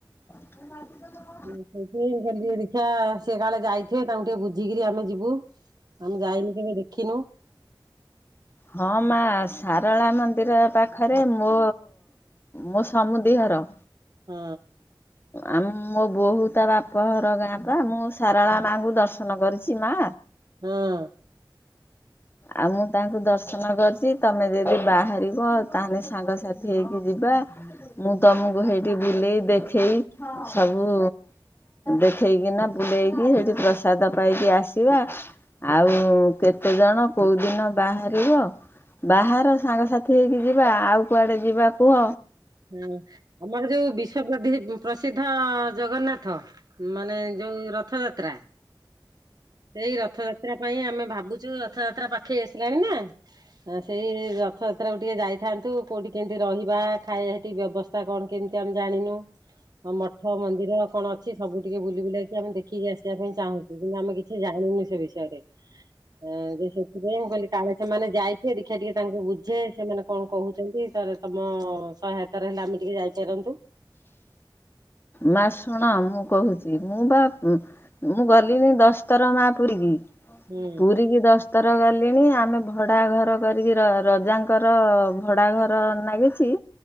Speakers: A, on the left (about 25°); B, on the right (about 50°).
A: <unintelligible>
B: ସେଇ ପାଇଁ ମୁଁ କହିଲି ଟିକିଏ ଦେଖିଆ ସିଏ କାଳେ ଯାଇଥିବେ ତାଙ୍କୁ ଟିକେ ବୁଝିକିରି ଆମେ ଯିବୁ ଆମେ ଯାଇନୁ ଟିକେ ଦେଖିନୁ।
A: ହଁ ମା ସାରଳା ମନ୍ଦିର ପାଖରେ ମୋ ମୋ ସମୁଦି ଘର।
B: ହୁଁ।
A: ଆମ ମୋ ବୋହୁ ତା ବାପଘର ଗାଁ ପା ମୁଁ ସାରଳା ମାଙ୍କୁ ଦର୍ଶନ କରିଛି ମା।
B: ହଁ।
A: ଆଉ ମୁଁ ତାଙ୍କୁ ଦର୍ଶନ କରିଚି ତମେ ଯଦି ବାହାରିବ ତାହେଲେ ସାଙ୍ଗସାଥି ହେଇକି ଯିବା। ମୁଁ ତମକୁ ହେଟି ବୁଲେଇ ଦେଖେଇ ସବୁ ଦେଖେଇକିନା ବୁଲେଇକି ହେଇଟି ପ୍ରସାଦ ପାଇକି ଆସିବା। ଆଉ କେତେ ଜଣ କୋଉ ଦିନ ବାହାରିବ? ବାହାର ସାଙ୍ଗସାଥି ହେଇକି ଯିବା ଆଉ କୁଆଡେ ଯିବା କୁହ?
B: ହୁଁ ଆମର ଯୋଉ ବିଶ୍ଵ ପ୍ରଦି ପ୍ରସିଦ୍ଧ ଜଗନ୍ନାଥ। ମାନେ ଯୋଉ ରଥଯାତ୍ରା। ସେଇ ରଥଯାତ୍ରା ପାଇଁ ଆମେ ଭାବୁଛୁ ରଥଯାତ୍ରା ପାଖେଇ ଆସିଲାଣି ନା ହଁ ସେଇ ରଥଯାତ୍ରାକୁ ଟିକେ ଯାଇଥାନ୍ତୁ କେଉଁଠି କେମିତି ରହିବା? ଖାଇବା ହେଟି ବ୍ୟବସ୍ଥା କଣ କେମିତି ଆମେ ଜାଣିନୁ। ହଁ ମଠ ମନ୍ଦିର କଣ ଅଛି ସବୁ ଟିକେ ବୁଲି ବୁଲାକି ଆମେ ଦେଖିକି ଆସିବା ପାଇଁ ଚାହୁଁଛୁ। ମୁଁ କହିଲି ଆମେ କିଛି ଜାଣିନୁ ସେ ବିଷୟରେ? ଆ ସେଥିପାଇଁ ମୁଁ କହିଲି କାଳେ ସେମାନେ ଯାଇଥିବେ ଦେଖିଆ ଟିକେ ତାଙ୍କୁ ବୁଝେ। ସେମାନେ କଣ କହୁଛନ୍ତି। ତାପରେ ତମ ସହାୟତା ଆରେ ହେଲେ ଆମେ ଟିକେ ଯାଇପାରନ୍ତୁ।
A: ମା ଶୁଣ ମୁଁ କହୁଛି ମୁଁ ବା ମୁଁ ଗଲିଣିି ଦଶ ଥର ମା ପୁରୀ କି।
B: ହୁଁ
A: ପୁରୀ କିି ଦଶ ଉତର ଗଲିଣି ଆମେ ଭଡ଼ା ଘର କରିକି ରଜାଙ୍କର ଭଡ଼ା ଘର ନାଗିଛି।